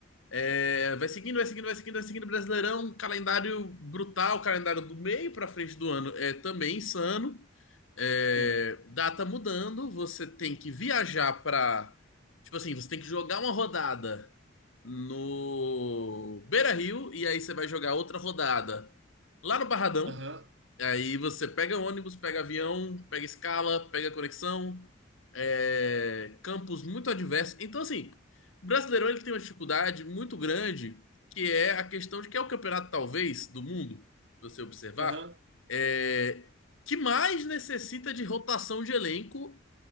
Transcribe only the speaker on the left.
É, vai seguindo, vai seguindo, vai seguindo, vai seguindo. Brasileirão, calendário brutal, calendário do meio para frente do ano é também insano. É,
data mudando, você tem que viajar para, tipo assim, você tem que jogar uma rodada no Beira-Rio e aí você vai jogar outra rodada lá no Barradão.
Aí você pega ônibus, pega avião, pega escala, pega conexão, é, campos muito adversos. Então, assim, o Brasileirão ele tem uma dificuldade muito grande, que é a questão de que é o campeonato, talvez, do mundo, se você observar,
é, que mais necessita de rotação de elenco